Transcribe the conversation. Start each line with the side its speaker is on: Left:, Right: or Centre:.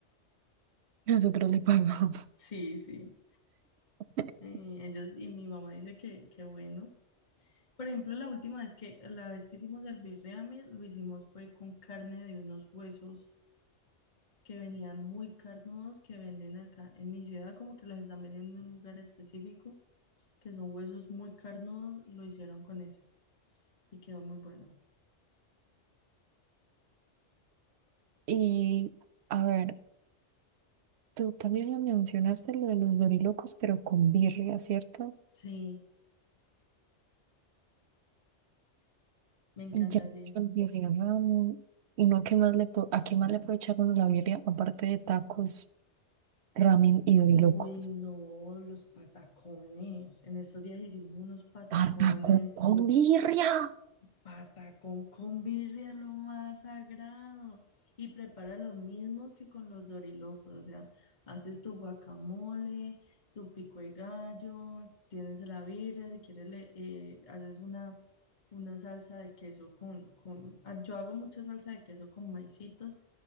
Right: <laughs> Nosotros le pagamos.
Left: Sí, sí.
Right: <laughs>
Left: Eh, ellos, y mi mamá dice que, que bueno. Por ejemplo, la última vez que, la vez que hicimos el birriamen, lo hicimos fue con carne de unos huesos que venían muy carnudos que venden acá en mi ciudad, como que los están vendiendo en un lugar específico, que son huesos muy carnudos, lo hicieron con ese y quedó muy bueno.
Right: Y a ver, tú también me mencionaste lo de los dorilocos, pero con birria, ¿cierto?
Left: Sí, me encantaría.
Right: Y ya, el birria ramen. ¿Y no, ¿qué más le puedo, a qué más le puede echar uno la birria? Aparte de tacos, ramen y dorilocos.
Left: Uy, no, los patacones. En estos días hicimos unos patacones
Right: ¡Ah, taco con birria!
Left: Pata con convirre lo más sagrado y prepara lo mismo que con los dorilocos, o sea, haces tu guacamole, tu pico de gallo, tienes la birria, si quieres le eh, haces una, una salsa de queso con, con, ah, yo hago mucha salsa de queso con maicitos